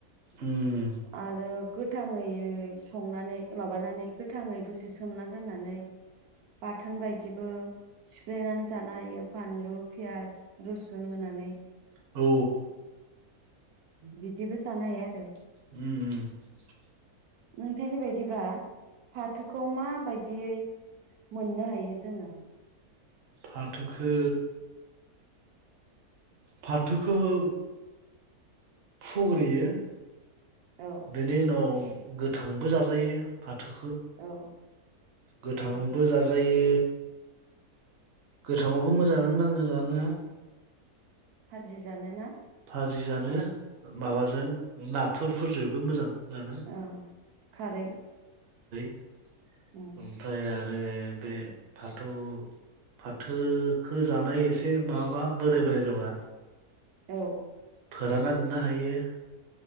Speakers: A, on the right (about 55°); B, on the right (about 75°).
A: उम
B: आरो गोथांङै संनानै माबानानै गोथांङै दसे सोमना दोननानै बाथोन बायदिबो सिफ्लेनानै जानो हायो फानलु पियास रुसुन होनानै।
A: औ
B: बिदिबो जानो हायो आरो
A: अम
B: नोंथांनि बायदिबा फाथोखौ माबायदियै मोननो हायो जोंङो।
A: फाथोखो फाथोखोबो फुग्रियो।
B: औ
A: बिनि उनाव गोथांबो जाजायो फा थोखो
B: औ
A: गोथांङावबो
B: औ
A: जाजायो। गोथांङावबो मोजांङानो नांङो जानो।
B: भाजि जानोना
A: भाजि जानो माबाजों नाथुर फोजोबनो मोजां जानो
B: अम खारै
A: <inaudible> ओमफाय
B: उम
A: आ बे बे फाथौ फाथोखो जानाय एसे माबाबा बोराय-बोराय जाबा।
B: औ
A: फोरानना दोननो हायो।